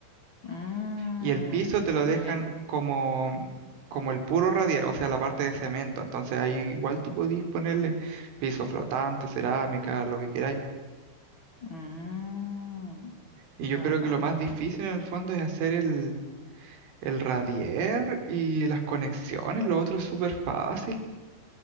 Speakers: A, on the left; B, on the right.
A: Mm,
B: Y el piso te lo dejan
A: entiendo.
B: como, como el puro radier, o sea, la parte de cemento. Entonces ahí igual tú podís ponerle piso flotante, cerámica, lo que queráis.
A: Mm,
B: Y yo
A: qué bacán.
B: creo que lo más difícil en el fondo es hacer el, el radier y las conexiones, lo otro es súper fácil.